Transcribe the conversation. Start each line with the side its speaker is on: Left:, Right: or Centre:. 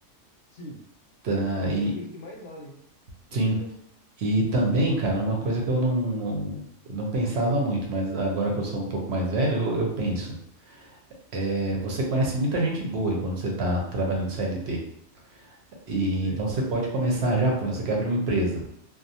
Left: Sim,
Right: Tá,
Left: é uma
Right: e
Left: das coisas que mais valem, né?
Right: sim,
Left: Na verdade.
Right: e também, cara, uma coisa que eu não não pensava muito, mas agora que eu sou um pouco mais velho, eu, eu penso. É, você conhece muita gente boa enquanto você tá trabalhando CLT. E
Left: Sim,
Right: então você pode começar já, por exemplo, você quer abrir uma empresa.